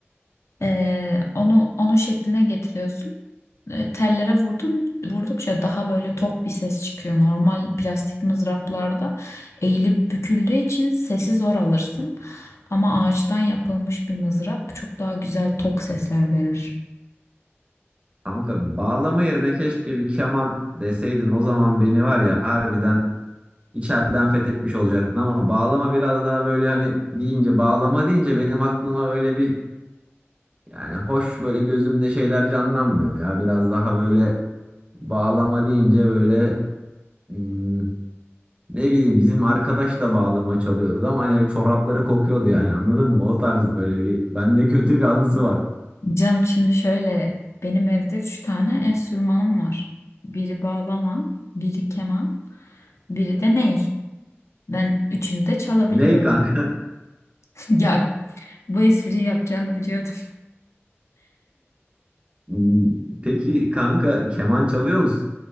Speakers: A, on the left; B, on the right.
A: Ee, onu onu şekline getiriyorsun. Ee, tellere vurdun vurdukça daha böyle tok bir ses çıkıyor. Normal plastik mızraplarda eğilip büküldüğü için sesi zor alırsın. Ama ağaçtan yapılmış bir mızrap çok daha güzel tok sesler verir.
B: Kanka bağlama yerine keşke bir keman deseydin o zaman beni var ya harbiden içeriden fethetmiş olacaktın ama bağlama biraz daha böyle hani deyince bağlama deyince benim aklıma böyle bir Yani hoş böyle gözümde şeyler canlanmıyor ya. Biraz daha böyle bağlama deyince böyle hmm, ne bileyim bizim arkadaş da bağlama çalıyordu ama hani çorapları kokuyordu yani anladın mı? O tarz böyle bir bende kötü bir anısı var.
A: Canım şimdi şöyle benim evde üç tane enstrümanım var. Biri bağlama, biri keman, biri de ney. Ben üçünü de çalabiliyorum.
B: Ney kanka? <laughs>
A: <laughs> Ya bu espriyi yapacağını biliyordum.
B: Hmm, Peki kanka keman çalıyor musun?